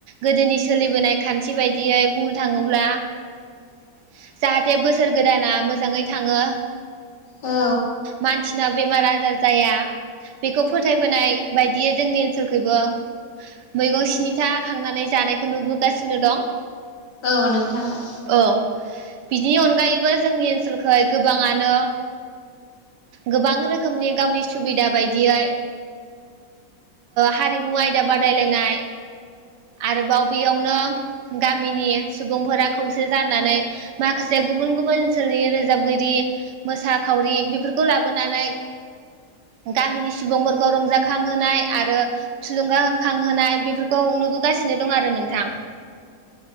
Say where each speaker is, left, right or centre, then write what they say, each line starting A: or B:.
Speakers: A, on the right (about 80°); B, on the left (about 80°).
A: गोदोनि सोलिबोनाय खान्थि बायदियै बुंनो थाङोब्ला <unintelligible> जाहाथे बोसोर गोदाना मोजाङै थाङो
B: औ
A: मानसि बिसिनाव बेमार आजार जाया बेखौ फोथायबोनाय बायदियै जोंनि ओनसोलखैबो मैगं स्निथा खांनानै जानायखौ नुबोगासिनो दं
B: औ नोंथाङो
A: औ बिनि अनगायैबो जोंनि ओनसोलखै गोबाङानो गोबां रोखोमनि गावनि सुबिदा बायदियै हारिमु आयदा बादायलायनाय आरोबाव बेयावनो गामिनि सुबुंफोरा खौसे जानानै माखासे गुबुन गुबुन ओनसोलनि रोजाबगिरि मोसा खावरि बेफोरखौ लाबोनानै गामिनि सुबुंफोरखौ रंजाखांहोनाय आरो थुलुंगाखांहोनाय बेफोरखौ नुबो दं आरो नोंथां